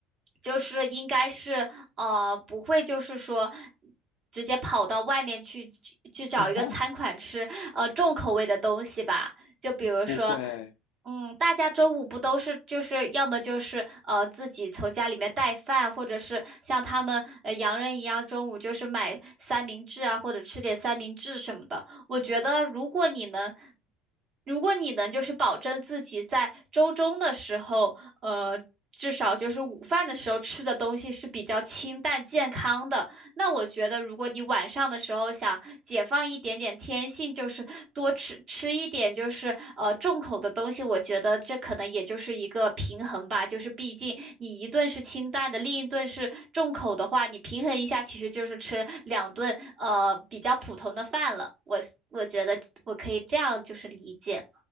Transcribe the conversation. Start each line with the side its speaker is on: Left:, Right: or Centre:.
Right: 就是应该是呃不会就是说直接跑到外面去去去找一个餐馆吃呃重口味的东西吧，
Left: <laughs>
Right: 就比如说。
Left: 不会。
Right: 嗯，大家周五不都是就是要么就是呃自己从家里面带饭，或者是像他们呃洋人一样中午就是买三明治啊，或者吃点三明治什么的。我觉得如果你能，如果你能就是保证自己在周中的时候，呃，至少就是午饭的时候吃的东西是比较清淡健康的，那我觉得，如果你晚上的时候想解放一点点天性，就是多吃吃一点，就是呃重口的东西，我觉得这可能也就是一个平衡吧。就是毕竟你一顿是清淡的，另一顿是重口的话，你平衡一下，其实就是吃两顿呃比较普通的饭了。我我觉得我可以这样就是理解。